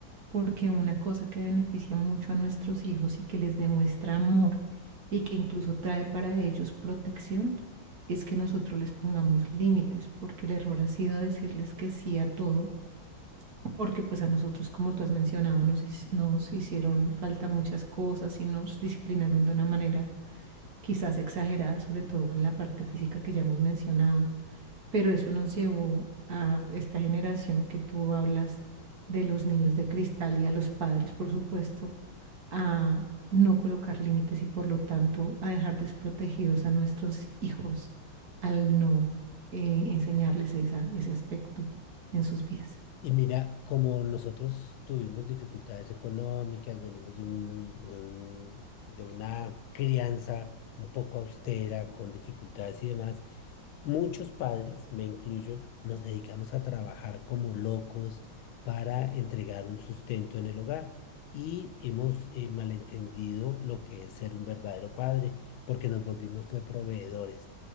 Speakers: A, on the right; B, on the left.
A: porque una cosa que beneficia mucho a nuestros hijos y que les demuestra amor y que incluso trae para ellos protección es que nosotros les pongamos límites, porque el error ha sido decirles que sí a todo, porque pues a nosotros, como tú has mencionado, nos, his- nos hicieron falta muchas cosas y nos disciplinaron de una manera quizás exagerada, sobre todo en la parte física que ya hemos mencionado pero eso nos llevó a esta generación que tú hablas de los niños de cristal y a los padres, por supuesto, a no colocar límites y por lo tanto a dejar desprotegidos a nuestros hijos al no eh, enseñarles esa, ese aspecto en sus vidas.
B: Y mira, como nosotros tuvimos dificultades económicas, venimos de un, de un- de una crianza un poco austera, con dificultades y demás, muchos padres, me incluyo, nos dedicamos a trabajar como locos para entregar un sustento en el hogar. Y hemos eh, malentendido lo que es ser un verdadero padre, porque nos volvimos fue proveedores,